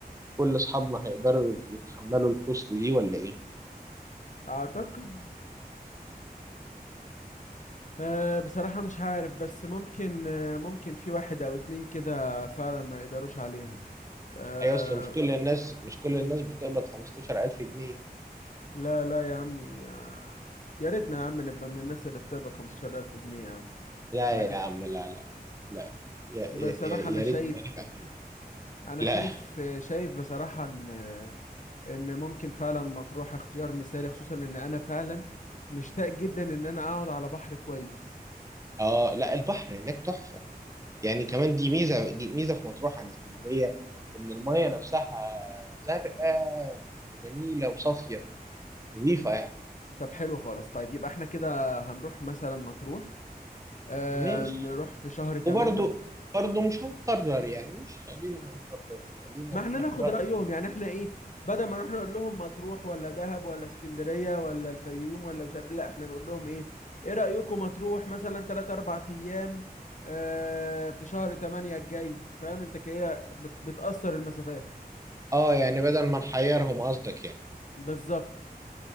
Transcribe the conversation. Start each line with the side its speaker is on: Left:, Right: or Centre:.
Right: كل اصحابنا هيقدروا يتحملوا الكوست دي ولا ايه؟
Left: اعتقد أه بصراحة مش عارف بس ممكن أه ممكن في واحد أو اتنين كده فعلا ما يقدروش عليها أه
Right: هي اصل مش كل الناس مش كل
Left: مم.
Right: الناس بتقبض 15000 جنيه
Left: لا لا يا عمي أه يا ريتنا يا عم نبقى من الناس اللي بتقبض 15000 جنيه يا عم
Right: لا
Left: أنا كنت
Right: يا عم لا لا لا يا يا
Left: بصراحة
Right: يا يا
Left: أنا شايف
Right: ريت كمان يبقى كده
Left: أنا
Right: لا
Left: شايف آه، شايف بصراحة إن آه، إن ممكن فعلا مطروح اختيار مثالي خصوصا إن أنا فعلا مشتاق جدا إن أنا أقعد على بحر كويس
Right: اه لا البحر هناك تحفة يعني كمان دي ميزة دي ميزة في مطروح عن اسكندرية ان المية نفسها زرقاء وجميلة وصافية نظيفة يعني
Left: طب حلو خالص طيب يبقى احنا كده هنروح مثلا مطروح آه
Right: ماشي
Left: نروح في شهر تمانية
Right: وبرضو برضو مش هنقرر يعني مش خلينا ما نقررش خلينا
Left: ما
Right: بناخد
Left: احنا ناخد
Right: رأي
Left: رأيهم يعني احنا ايه بدل ما نروح نقول لهم مطروح ولا دهب ولا اسكندرية ولا الفيوم ولا مش عارف لا احنا نقول لهم ايه ايه رأيكم مطروح مثلا تلات أربع ايام آه في شهر تمانية الجاي فاهم انت كده بت- بتأثر المسافات
Right: اه يعني بدل ما نحيرهم قصدك يعني
Left: بالظبط